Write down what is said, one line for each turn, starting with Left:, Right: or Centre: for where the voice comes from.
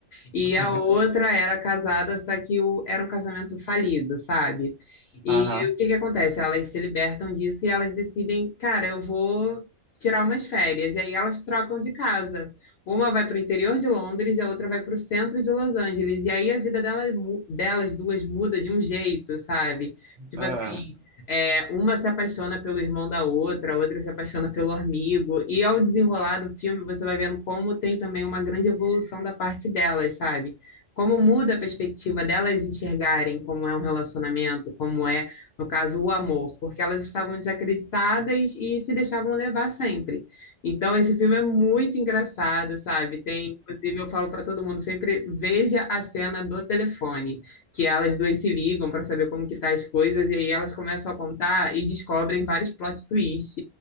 Left: E
Right: <laughs>
Left: a outra era casada, só que o, era um casamento falido, sabe? E
Right: Aham.
Left: o que que acontece? Elas se libertam disso e elas decidem, cara, eu vou tirar umas férias. E aí elas trocam de casa. Uma vai para o interior de Londres e a outra vai para o centro de Los Angeles. E aí a vida dela, delas duas muda de um jeito, sabe? Tipo
Right: Aham.
Left: assim. É, uma se apaixona pelo irmão da outra, a outra se apaixona pelo amigo, e ao desenrolar do filme você vai vendo como tem também uma grande evolução da parte delas, sabe? Como muda a perspectiva delas enxergarem como é um relacionamento, como é, no caso, o amor, porque elas estavam desacreditadas e se deixavam levar sempre. Então, esse filme é muito engraçado, sabe? Tem, inclusive, eu falo para todo mundo sempre, veja a cena do telefone que elas duas se ligam para saber como que tá as coisas, e aí elas começam a contar e descobrem vários plot twists.